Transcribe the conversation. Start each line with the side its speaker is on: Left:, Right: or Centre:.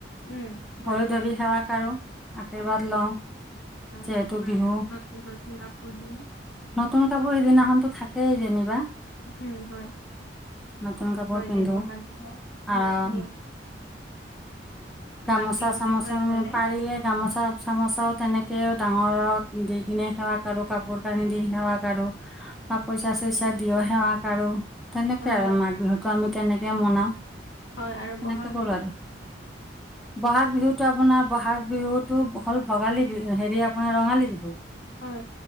Left: উম হয়
Centre: ভৰি ধৰি সেৱা কাৰো আশীৰ্বাদ
Left: হয়
Centre: লওঁ
Left: হ
Centre: যিহেতু বিহু
Left: নতুন নতুন কাপোৰ দি
Centre: নতুন কাপোৰ সিদিনাখনতো থাকেই যেনিবা।
Left: উম হয়
Centre: নতুন কাপোৰ
Left: হয়
Centre: পিন্ধো।
Left: দে বহাগ বিহু হয়
Centre: আ'
Left: আপুনি
Centre: গামোচা-চামোচাে
Left: মাঘ বিহুৰ বিষয়ে ক'লে
Centre: পাৰিলে গামোচা। চা চামোচাও তেনেকে ডাঙৰক দি কিনে সেৱা কৰো কাপোৰ কানি দি সেৱা কৰো। বা পইচা চইচা দিও সেৱা কৰো। তেনেকে
Left: হয়
Centre: আৰু
Left: হয়
Centre: মাঘ বিহুতটো আমি তেনেকে মনাও।
Left: হয় আৰু
Centre: তেনেকে
Left: বহাগ
Centre: কৰো
Left: বিহু?
Centre: আৰু বহাগ বিহুতো আপোনাৰ বহাগ বিহুতটো হ'ল ভোগালী বিহু হেৰি আপোনাৰ ৰঙালী বিহু।
Left: হয়।